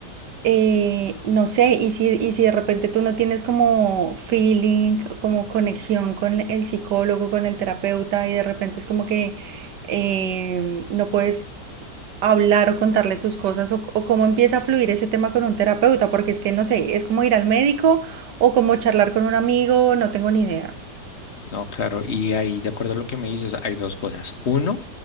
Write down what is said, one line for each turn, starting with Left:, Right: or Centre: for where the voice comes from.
Right: eh, no sé, y si, y si de repente tú no tienes como feeling, como conexión con el psicólogo, con el terapeuta, y de repente es como que eh, no puedes hablar o contarle tus cosas o, o cómo empieza a fluir ese tema con un terapeuta, porque es que no sé, es como ir al médico o como charlar con un amigo, no tengo ni idea.
Left: No, claro, y ahí, de acuerdo a lo que me dices, hay dos cosas. Uno,